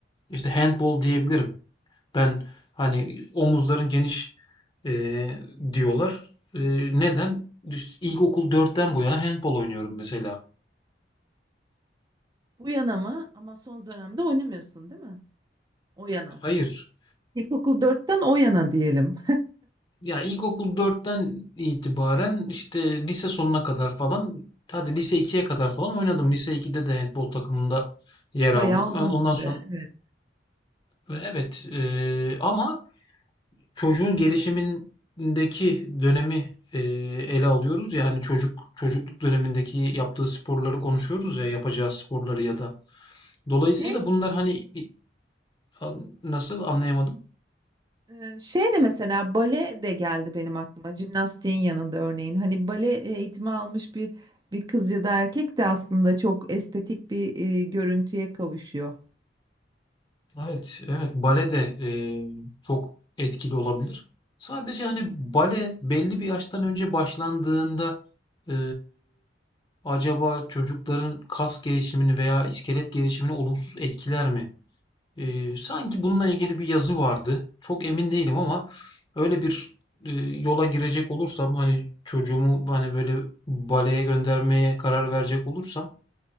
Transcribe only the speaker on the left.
işte handbol diyebilirim. Ben hani omuzların geniş eee, diyorlar. Eee, neden? Düş- İlkokul dörtten bu yana handbol oynuyorum mesela.
Hayır.
Ya ilkokul dörtten itibaren işte lise sonuna kadar falan hadi lise ikiye kadar falan oynadım. Lise iki'de de handbol takımında
yer
aldım.
Ben Ondan
sonra
evet eee, ama çocuğun gelişimindeki dönemi e, ele alıyoruz ya hani çocuk çocukluk dönemindeki yaptığı sporları konuşuyoruz ya yapacağı sporları ya da dolayısıyla
bunlar hani i- an- nasıl anlayamadım.
Evet, evet bale de e, çok etkili olabilir. Sadece hani bale belli bir yaştan önce başlandığında e, acaba çocukların kas gelişimini veya iskelet gelişimini olumsuz etkiler mi? Ee, sanki bununla ilgili bir yazı vardı. Çok emin değilim ama öyle bir e, yola girecek olursam hani çocuğumu hani böyle baleye göndermeye karar verecek olursam